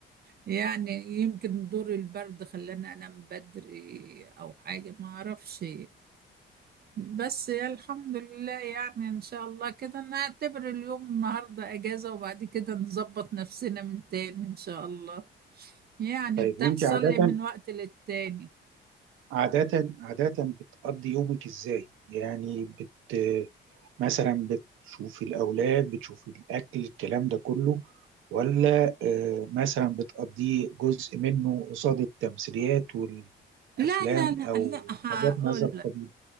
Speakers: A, on the right; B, on the right.
A: يعني يمكن دور البرد خلاني أنام بدري أو حاجة ما أعرفش بس يا الحمد لله يعني ان شاء الله كده نعتبر اليوم النهارده اجازة وبعد كده نظبط نفسنا من تاني ان شاء الله يعني
B: طيب
A: بتحصل
B: وانت عاده
A: لي من وقت للتاني
B: عادة عادة بتقضي يومك ازاي؟ يعني بت مثلا بتشوفي الأولاد بتشوفي الأكل الكلام ده كله ولا آه، مثلا بتقضيه جزء منه قصاد التمثيليات والأفلام
A: لا لا لا
B: أو
A: لا هقول
B: حاجات من هذا القبيل؟